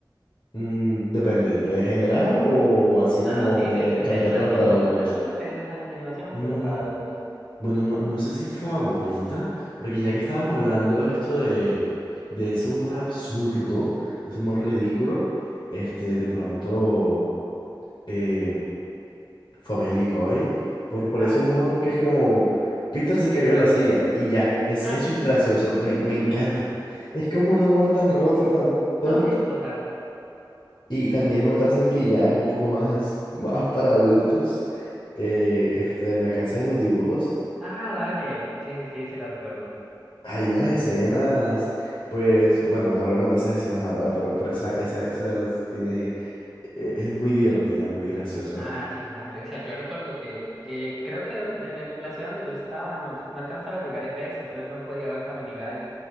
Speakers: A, on the left (about 50°); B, in the centre.
A: Mm, depende, ¿de general o así
B: No,
A: como
B: no, sí,
A: de
B: de, de, de
A: caricaturas
B: animación,
A: para adultos?
B: así lo que dices, an- animación,
A: Mm,
B: pero para adultos.
A: bueno, no, no sé si favorita, porque ya que estábamos hablando de esto de, de ese humor absurdo, de ese humor ridículo, este, de pronto... eh, Family Guy, por, por
B: Ah,
A: ese humor
B: sí, sí,
A: que
B: sí.
A: es como Peter se cayó de la silla y ya, es,
B: <laughs>
A: eso es gracioso, me, me encanta. Es como un humor tan roto,
B: Sí, sí.
A: tan tonto.
B: No, sí, total.
A: Y también otra serie que ya es un poco más, más para adultos, eh, este, La Casa de los Dibujos.
B: Ah, dale. Sí, sí, sí, sí la recuerdo.
A: Hay unas escenas, pues, bueno, no hablamos de esas escenas ahora, pero, pero esa, esa, esas tiene, e- es muy divertida, muy graciosa.
B: Ah, sí, dale. O sea, yo recuerdo que eh, creo que en el- la ciudad donde yo estaba no, no alcanzaba a llegar FX, entonces no podía ver Family Guy.